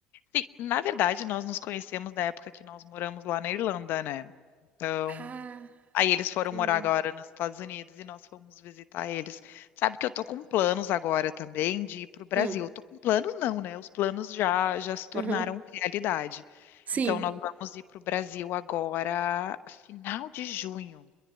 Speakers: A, on the left (about 60°); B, on the right (about 40°).
A: Sim, na verdade, nós nos conhecemos da época que nós moramos lá na Irlanda, né? Então,
B: Ah,
A: Aí eles foram
B: entendi.
A: morar agora nos Estados Unidos e nós fomos visitar eles. Sabe que eu tô com planos agora também de ir pro Brasil.
B: Ah,
A: tô com planos não, né? Os planos já já se tornaram
B: aham.
A: realidade.
B: Sim.
A: Então nós vamos ir pro Brasil agora, final de junho.